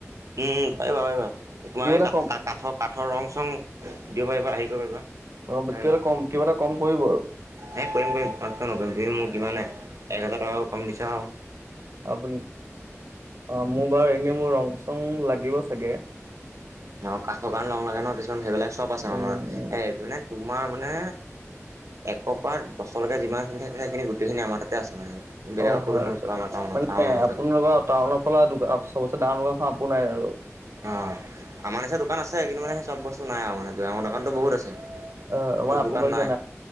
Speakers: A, on the right; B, on the right.
A: উম পাৰিবা পাৰিবা তোমাৰ
B: কিবা
A: এই
B: এটা
A: কাঠ
B: কম
A: কাঠৰ কাঠৰ ৰং চং দিব পাৰিবা আহিব
B: অ',
A: পাৰিবা।
B: কিবা এটা কম কিবা এটা কম কৰিব আৰু
A: এ কৰিম কৰিম তাত ক নকৰিম তুমি মোৰ কিমানে এক হাজাৰ টকা কম দিছা আও
B: আপুনি অ মোৰ বাৰু এনে মোৰ ৰং চং লাগিব চাগে
A: অ কাঠৰ কাৰণে ৰং লাগে নহ কিছুমান সেইবিলাক চব আছে আমাৰ
B: উম,
A: এই মানে তোমাৰ মানে একৰপা দচৰলৈকে যিমানখিনি থাকে সেইখিনি গোটেইখিনি আমাৰ তাতে আছে মানে। বেলেগক
B: অ'
A: ক'তো
B: হয়,
A: নোপোৱা আমাৰ টাউনত
B: মানে
A: টাউনৰ ভিতৰত
B: আপোনালোকৰ টাউনৰ ফালা অ চবচে ডাঙৰ দোকানখন আ আপোনাই আৰু
A: অ আমাৰ নিচিনা দোকান আছে কিন্তু মানে সেই চব বস্তু নাই আৰু মানে আমৰ দোকানতটো বহুত আছে
B: অ', মানে
A: চব
B: আপোনালোকৰ
A: দোকান
B: নিচিনা
A: নাই